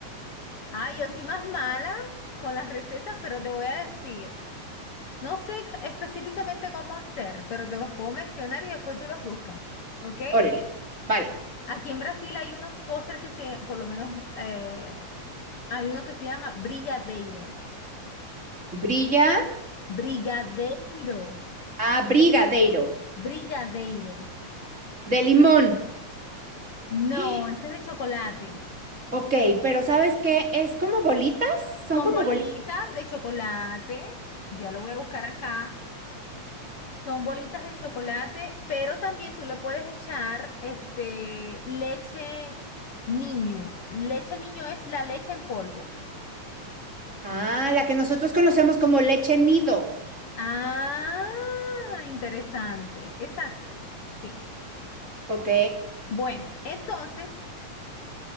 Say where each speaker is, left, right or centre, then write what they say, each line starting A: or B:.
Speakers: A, on the left; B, on the right.
A: ah, yo soy más mala con las recetas, pero te voy a decir. No sé específicamente cómo hacer, pero te los puedo mencionar y después tú los buscas, ¿ok?
B: Órale. Vale.
A: Aquí en Brasil hay unos postres que se, por lo menos, eh, hay uno que se llama brigadeiro.
B: Brilla
A: Brigadeiro.
B: a brigadeiro
A: Brigadeiro.
B: de limón.
A: No,
B: <gasps>
A: ese es de chocolate.
B: Ok, pero ¿sabes qué? Es como bolitas,
A: Son
B: son como
A: bolitas
B: bolitas.
A: de chocolate. Ya lo voy a buscar acá. Son bolitas de chocolate, pero también tú le puedes echar este leche niño. Leche niño es la leche en polvo.
B: Ah, la que nosotros conocemos como leche nido.
A: Ah, interesante. Exacto. Sí.
B: Ok.
A: Bueno, entonces,